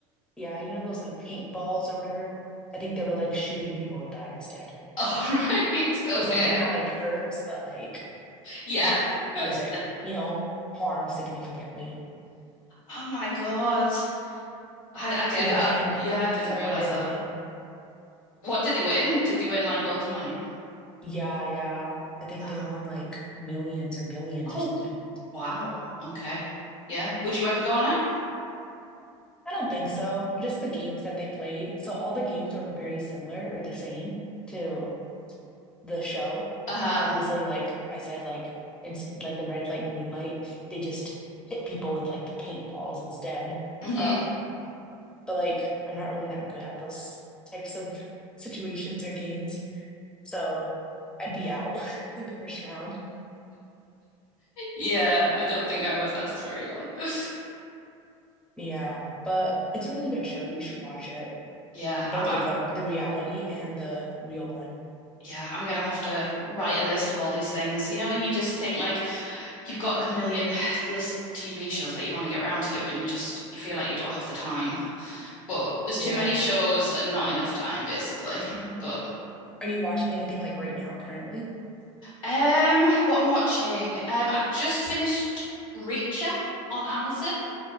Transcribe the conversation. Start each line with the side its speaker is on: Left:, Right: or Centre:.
Centre: yeah, you know, those like paintballs or whatever. I think they were like shooting people with that instead.
Left: <laughs> All right, okay,
Centre: So something that like hurts, but like
Left: yeah. <laughs>
Centre: doesn't, you know, harm significantly.
Left: Oh my God. I, I did.
Centre: And at
Left: I
Centre: the end,
Left: yeah, I didn't
Centre: someone
Left: realize
Centre: did
Left: that.
Centre: win.
Left: What did they win? Did they win like loads of money?
Centre: Yeah, yeah. I think
Left: Uh,
Centre: they won like millions or billions
Left: oh
Centre: or something.
Left: wow. Okay. Yeah. Would you ever go on it?
Centre: I don't think so. Just the games that they played. So all the games were very similar or the same to the show.
Left: Uh-huh.
Centre: Obviously, like I said, like it's like the red light, green light. They just hit people with like the paintballs instead.
Left: hmm
Centre: Um, but like I'm not really that good at those types of situations or games. So I'd be out <laughs> in the first round.
Left: Yeah. I don't think I would last very long. <laughs>
Centre: Yeah, but it's a really good show. You should watch it.
Left: Yeah.
Centre: both
Left: I'm, I'm.
Centre: of them, the reality and the real one.
Left: Yeah. I'm gonna have to write a list of all these things. You know, when you just think like you've got a million <sighs> list TV shows that you want to get round to, and you just you feel like you don't have the time. But there's
Centre: Yeah.
Left: too many shows and not enough time, basically.
Centre: Mhm.
Left: But
Centre: Are you watching anything like right now currently?
Left: Um, what am I watching? Um, I've just finished Reacher on Amazon.